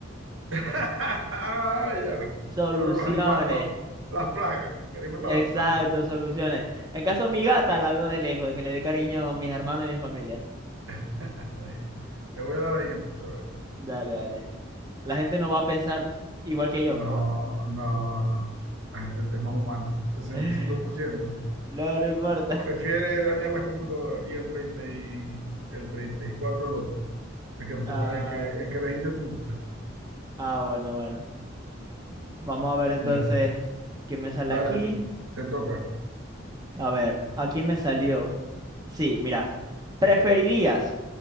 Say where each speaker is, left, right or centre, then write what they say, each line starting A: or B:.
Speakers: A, on the right (about 75°); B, on the right (about 20°).
A: Ah, ya.
B: Soluciones.
A: Pero los animales, las plagas, queréis matar
B: Exacto,
A: las plagas.
B: soluciones. En caso de mi gata la veo de lejos, de que le dé cariño a mis hermanos y mi familia.
A: <laughs> Está bien. Le voy a dar ahí entonces, a ver.
B: Dale, dale. La gente no va a pensar igual que yo,
A: No,
B: pero bueno.
A: no, no. La gente es más humana, Sesenta
B: <laughs>
A: y cinco por ciento.
B: No, no importa. <laughs>
A: Prefiere dañar las computadoras y el treinta y el 34 el otro. El que, te
B: Ah,
A: toca, el que, el que elegiste tú.
B: Ah, bueno, bueno. Vamos a ver entonces
A: Ya,
B: qué me sale
A: dale,
B: aquí.
A: te toca.
B: A ver, aquí me salió. Sí, mira. ¿Preferirías